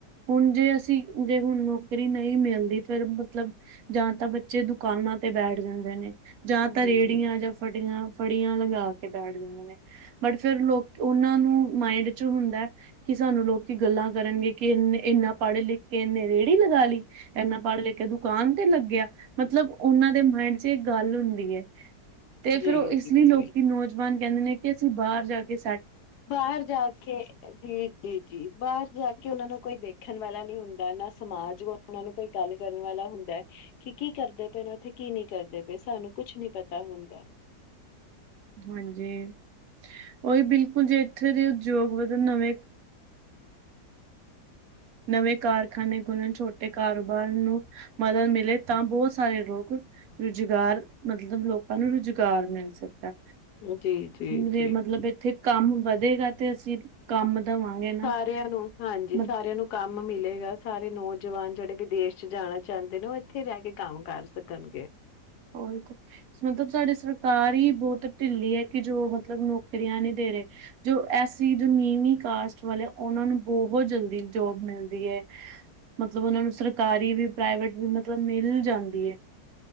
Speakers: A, on the right; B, on the left.
A: ਹੁਣ ਜੇ ਅਸੀਂ, ਜੇ ਨੌਕਰੀ ਨਹੀਂ ਮਿਲਦੀ ਫੇਰ ਮਤਲਬ ਜਾਂ ਤਾਂ ਬੱਚੇ ਦੁਕਾਨਾਂ ਤੇ ਬੈਠ ਜਾਂਦੇ ਨੇ ਜਾਂ
B: ਹੂੰ।
A: ਤਾਂ ਰੇੜੀਆਂ, ਜਾਂ ਫਟੀਆਂ ਫੜੀਆਂ ਲਗਾ ਕੇ ਬੈਠ ਦਿੰਦੇ ਨੇ, ਬਟ ਫੇਰ ਲੋਕ ਉਹਨਾਂ ਨੂੰ ਮਾਇੰਡ 'ਚ' ਹੁੰਦਾ ਕਿ ਸਾਨੂੰ ਲੋਕੀ ਗੱਲਾਂ ਕਰਨਗੇ ਕਿ ਇਹਨੇ, ਐਨਾ ਪੜ੍ਹ ਲਿਖ ਕੇ ਇਹਨੇ ਰੇਹੜੀ ਲਗਾ ਲਈ ਐਨਾ ਪੜ੍ਹ ਲਿਖ ਕੇ ਦੁਕਾਨ ਤੇ ਲੱਗਿਆ‌। ਮਤਲਬ ਉਹਨਾਂ ਦੇ ਮਾਇੰਡ 'ਚ ਇਹ ਗੱਲ ਹੁੰਦੀ ਐ, ਤੇ
B: ਜੀ
A: ਫਿਰ ਉਹ ਇਸ
B: ਜੀ
A: ਲਈ ਲੋਕੀ
B: ਜੀ।
A: ਨੌਜ ਜਵਾਨ ਕਹਿੰਦੇ ਨੇ ਕਿ ਅਸੀਂ ਬਾਹਰ ਜਾ ਕੇ ਸੈ
B: ਬਾਹਰ ਜਾ ਕੇ, ਜੀ ਜੀ- ਜੀ ਬਾਹਰ ਜਾ ਕੇ ਉਹਨਾਂ ਨੂੰ ਕੋਈ ਦੇਖਣ ਵਾਲਾ ਨੀ ਹੁੰਦਾ ਨਾ, ਸਮਾਜ ਉਹਨਾਂ ਨੂੰ ਕੋਈ ਗੱਲ ਕਰਨ ਵਾਲਾ ਹੁੰਦਾ ਕੀ, ਕੀ ਕਰਦੇ ਪਏ ਨਾ ਉੱਥੇ, ਕੀ ਨੀ ਕਰਦੇ ਪਏ, ਸਾਨੂੰ ਕੁਛ ਨੀ ਪਤਾ ਹੁੰਦਾ
A: ਹਾਂਜੀ, ਉਹੀ ਬਿਲਕੁਲ ਜੇ ਐਥੇ ਦੇ ਉਦਯੋਗ ਵਧਣ ਨਵੇਂ ਨਵੇਂ ਕਾਰਖਾਨੇ ਖੁਲਣ, ਛੋਟੇ ਕਾਰੋਬਾਰ ਨੂੰ, ਮਦਦ ਮਿਲੇ ਤਾਂ ਬਹੁਤ ਸਾਰੇ ਲੋਗ ਰੁਜ਼ਗਾਰ, ਮਤਲਬ ਲੋਕਾਂ ਨੂੰ ਰੁਜ਼ਗਾਰ ਮਿਲ ਸਕ। ਦਾ,
B: ਜੀ ਜੀ
A: ਜੇ
B: ਜੀ
A: ਮਤਲਬ ਇੱਥੇ ਕੰਮ ਵਧੇਗਾ ਤੇ ਅਸੀਂ ਕੰਮ ਦੇਵਾਂਗੇ ਨਾ
B: ਸਾਰਿਆਂ ਨੂੰ, ਹਾਂਜੀ
A: ਮਤਲਬ
B: ਸਾਰਿਆਂ ਨੂੰ ਕੰਮ ਮਿਲੇਗਾ ਸਾਰੇ ਨੌਜਵਾਨ ਜੇੜੇ ਵਿਦੇਸ਼ 'ਚ' ਜਾਣਾ ਚਾਹੁੰਦੇ ਨੇ, ਉਹ ਇੱਥੇ ਰਹਿ ਕੇ ਕੰਮ ਕਰ ਸਕਣਗੇ।
A: ਉਹੀ ਤੇ ਹੁਣ ਤੱਕ ਸਾਡੀ ਸਰਕਾਰ ਈ ਬਹੁਤ ਢਿੱਲੀ ਏ ਕਿ ਜੋ ਮਤਲਬ ਨੌਕਰੀਆਂ ਨਹੀਂ ਦੇ ਰਹੇ। ਜੋ ਐਸ-ਸੀ ਜੋ ਨੀਂਵੀ ਕਾਸਟ ਵਾਲੇ ਆ, ਓਨਾਂ ਨੂੰ ਬੋਹਤ ਜਲਦੀ ਜੋਬ ਮਿਲਦੀ ਐ ਮਤਲਬ ਓਨਾਂ ਨੂੰ ਸਰਕਾਰੀ ਵੀ, ਪ੍ਰਾਈਵੇਟ ਵੀ ਮਤਲਬ ਮਿਲ ਜਾਂਦੀ ਏ